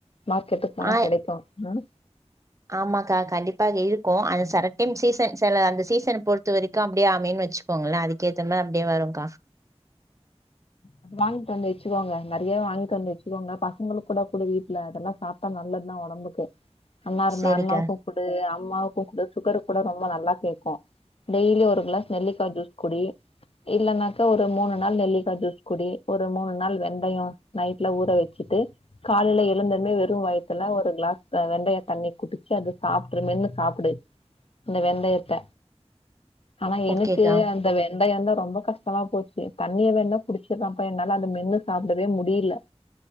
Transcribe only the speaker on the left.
மார்க்கெட்டுக் போனா
கெடைக்கு ம்.
அது வாங்கிட்டு வந்து வெச்சுக்கோங்க நறியாவே வாங்கிட்டு வந்து வெச்சுக்கோங்க பசங்களுக்கூட குடு வீட்ல அதெல்லா சாப்ட்டா நல்லத்தா ஒடம்புக்கு அண்ணா இருந்தார்னா
கு குடு அம்மாவுக்கு குடு சுகருக் கூட ரொம்ப நல்லா கேக்கு. டெய்லி ஒரு கிளாஸ் நெல்லிக்கா ஜூஸ் குடி இல்லன்னாக்கா ஒரு மூணு நாள் நெல்லிக்கா ஜூஸ் குடி ஒரு மூணு நாள் வெந்தயோ நைட்ல ஊற வெச்சிட்டு காலைல எழுந்ததுமே வெறு வயத்துல ஒரு கிளாஸ் அ வெந்தய தண்ணி குடிச்சு அது சாப்ட்ரு மென்னு சாப்புடு. இந்த வெந்தயத்த ஆனா எனுக்கு
அந்த வெந்தயந்தா ரொம்ப கஷ்டமா போச்சு தண்ணிய வேண்ணா குடிச்சிரம்ப்பா என்னால அத மென்னு சாப்டவே முடில.